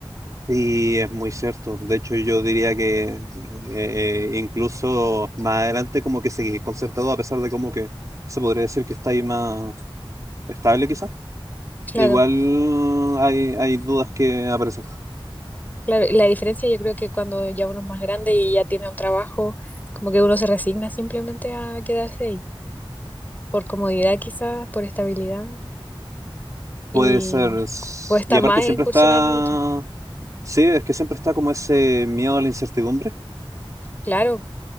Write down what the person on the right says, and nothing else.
Sí, es muy cierto. De hecho, yo diría que eh, eh, incluso más adelante como que seguís concertado, a pesar de como que se podría decir que está ahí más estable quizás.
Igual hay, hay dudas que aparecen.
Puede
ser... s-
Y aparte
siempre
está
Sí, es que siempre está como ese miedo a la incertidumbre.